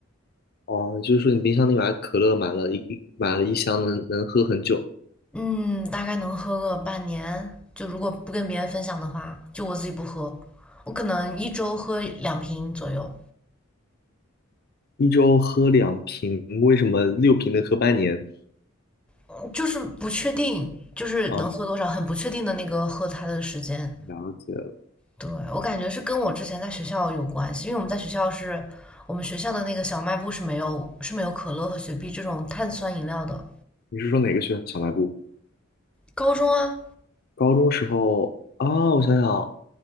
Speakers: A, on the left; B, in the centre.
A: 哦，就是说你冰箱里买可乐，买了一一买了一箱能，能喝很久，
B: 嗯，大概能喝个半年。就如果不跟别人分享的话，就我自己不喝，我可能一周喝两瓶左右，
A: 一周喝两瓶，为什么六瓶能喝半年？
B: 嗯就是不确定，就是能喝多少，
A: 啊，
B: 很不确定的那个喝它的时间。
A: 了解了。
B: 对，我感觉是跟我之前在学校有关系，因为我们在学校是我们学校的那个小卖部是没有是没有可乐和雪碧这种碳酸饮料的。
A: 你是说哪个学校小卖部？
B: 高中啊，
A: 高中时候啊，我想想啊，